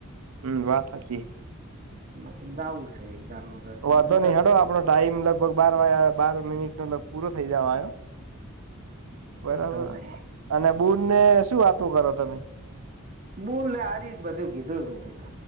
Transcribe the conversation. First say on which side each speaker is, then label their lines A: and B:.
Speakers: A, on the right; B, on the right.
A: હમ્મ વાત સાચી.
B: નાકી જાઓ છે. એકદાર ન તો
A: વધો નહી હડો આપણો ટાઈમ લગભગ બાર વાગ બાર મિનિટ નો લ પૂરો થઇ જવા આયો બરાબર
B: તો નહી
A: અને બુન શું વાતો કરો તમે
B: બૂલને આરિ બધું કીધું હતું તો